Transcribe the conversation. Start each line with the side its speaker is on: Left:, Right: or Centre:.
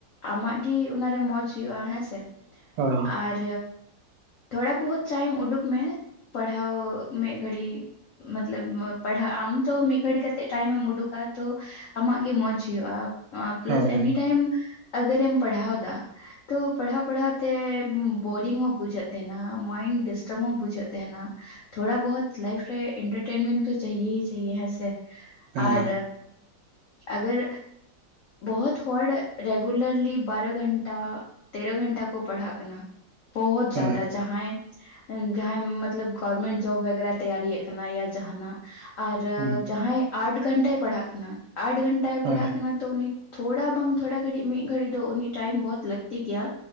Left: ᱟᱢᱟᱜ ᱜᱮ ᱚᱱᱟᱨᱮ ᱢᱚᱸᱡᱽ ᱦᱩᱭᱩᱜ-ᱟ ᱦᱮᱸᱥᱮ
Right: ᱦᱳᱭ
Left: ᱟᱨ ᱛᱷᱚᱲᱟ ᱵᱚᱦᱩᱛ ᱴᱟᱭᱤᱢ ᱩᱰᱩᱠ ᱢᱮ ᱯᱟᱲᱦᱟᱣ ᱢᱤᱫ ᱜᱷᱟᱹᱲᱤᱡ ᱢᱚᱛᱞᱚᱵ ᱯᱟᱲᱦᱟᱜ ᱟᱢ ᱛᱚ ᱢᱤᱫ ᱜᱷᱟᱹᱲᱤ ᱠᱟᱛᱮᱜ ᱴᱟᱭᱤᱢ ᱮᱢ ᱩᱰᱩᱠᱟ ᱛᱚ ᱟᱢᱟᱜ ᱜᱮ ᱢᱚᱸᱡᱽ ᱦᱩᱭᱩᱜ-ᱟ ᱯᱞᱟᱥ
Right: ᱦᱳᱭ
Left: ᱮᱱᱤᱴᱟᱭᱤᱢ ᱟᱜᱟᱨᱮᱢ ᱯᱟᱲᱦᱟᱣ ᱫᱟ ᱛᱚ ᱯᱟᱲᱦᱟᱣ ᱯᱟᱲᱦᱟᱣ ᱛᱮ ᱵᱳᱨᱤᱝ ᱦᱚᱸ ᱵᱩᱡᱷᱟᱹᱜ ᱛᱟᱦᱮᱱᱟ ᱢᱟᱭᱤᱱᱰ ᱰᱤᱥᱴᱟᱵ ᱦᱚᱸ ᱵᱩᱡᱷᱟᱹᱜ ᱛᱟᱦᱮᱱᱟ᱾ ᱛᱷᱚᱲᱟ ᱵᱚᱦᱚᱛ ᱞᱟᱭᱤᱯᱷ ᱮᱱᱴᱟᱨᱴᱮᱱᱢᱮᱱᱴ ᱛᱚ ᱪᱟᱭᱭᱮ ᱪᱟᱭᱭᱮ ᱦᱮᱸ ᱥᱮ
Right: ᱦᱮᱸ
Left: ᱟᱨ ᱟᱜᱟᱨ ᱵᱚᱦᱚᱛ ᱦᱚᱲ ᱨᱮᱜᱩᱞᱟᱨᱞᱤ ᱵᱟᱨᱟ ᱜᱷᱟᱱᱴᱟ ᱛᱮᱨᱚ ᱜᱷᱚᱱᱴᱟ ᱠᱚ ᱯᱟᱲᱦᱟᱜ ᱠᱟᱱᱟ ᱵᱚᱦᱚᱛ
Right: ᱦᱳᱭ
Left: ᱡᱟᱫᱟ ᱡᱟᱦᱟᱸᱭ ᱡᱟᱸᱦᱟᱭ ᱢᱚᱛᱞᱚᱵ ᱜᱚᱨᱢᱮᱱᱴ ᱡᱚᱵ ᱵᱟᱜᱮᱨᱟ ᱛᱮᱭᱟᱨᱤ ᱥᱟᱱᱟᱭᱭᱟ ᱡᱟᱦᱟᱱᱟᱜ ᱟᱨ
Right: ᱦᱩᱸ
Left: ᱡᱟᱦᱟᱸᱭ ᱟᱴ ᱜᱷᱚᱱᱴᱟᱭ ᱯᱟᱲᱦᱟᱜ ᱠᱟᱱᱟ ᱟᱴ ᱜᱷᱟᱱ ᱴᱟᱭ
Right: ᱦᱳᱭ
Left: ᱯᱟᱲᱦᱟᱜ ᱠᱟᱱᱟ ᱛᱚ ᱩᱱᱤ ᱛᱷᱚᱲᱟ ᱵᱟᱝ ᱛᱷᱚᱲᱟ ᱜᱷᱟᱹᱲᱤᱡ ᱢᱤᱫ ᱜᱷᱟᱹᱲᱤᱡ ᱫᱚ ᱩᱱᱤ ᱴᱟᱭᱤᱢ ᱵᱚᱦᱩᱛ ᱞᱟᱹᱠᱛᱤ ᱜᱮᱭᱟ᱾